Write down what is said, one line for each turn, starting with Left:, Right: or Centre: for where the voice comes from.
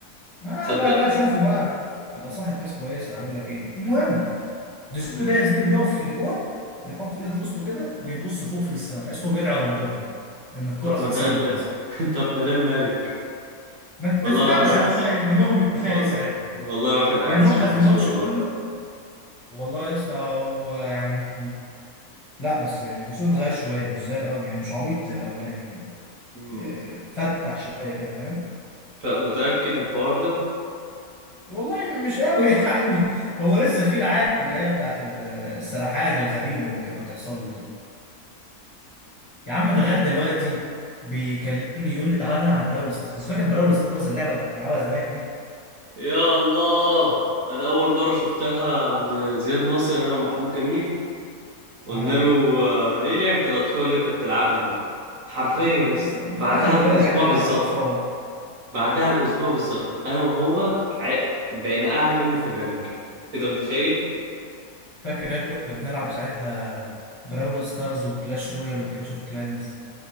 Left: انا
Right: تصدق
Left: بقى بقى شوفه بقى يبقى صاحب ناس كويسه اقول لك ايه المهم دسوقي
Right: مم.
Left: ده يا زميلي بيقف في الجون بيحط ايده في وسطه كده ويبص فوق في السماء تحسه بيدعي ربنا ان الكره
Right: طب
Left: تتصد
Right: ما ده ال...
Left: مثلا
Right: <laughs> طب ما ده الملك
Left: ما تفهمش
Right: والله الواحد عايز
Left: والله دماغه بيبقى فيها
Right: وال...
Left: ايه ساعتها
Right: والله الواحد عايز
Left: بنوقف
Right: يشوف دسوقي
Left: الماتش
Right: والله
Left: كله والله يا اسطى هو يعني لا بس يعني دسوقي اتغير شويه مش زي الاول يعني مش عبيط زي الاولاني يعني
Right: مم.
Left: آه، فتح شويه كده فاهم
Right: فمتأكد من الحوار ده
Left: والله مش قوي <laughs> يعني هو لسه في العاده اللي هي بتاعت ال- السرحان الغريبه اللي كانت بتحصل له دي يا عم ده غد دلوقتي بيكلمني يقول لي تعالى نلعب براول ستارز فاكر براول ستارز اللعبه اللي كنا بنلعبها زمان دي
Right: يا الله انا اول مرة شفتها عند زياد ناصر انا ومحمود جميل قلنا
Left: اه
Right: له آه، ايه لعبة الاطفال اللي انت بتلعبها دي حرفيا
Left: آه،
Right: يا
Left: ما
Right: اسطى
Left: في,
Right: بعدها
Left: في الاخر كلنا
Right: باسبوع
Left: لعبنا لعبه
Right: بالظبط
Left: الاطفال
Right: بعدها باسبوع بالظبط انا وهو ع... بقينا اعلى منه في الرانك اذا متخيل
Left: فاكر يا كنا بنلعب ساعتها براول ستارز وكلاش رويال وكلاش اوف كلانز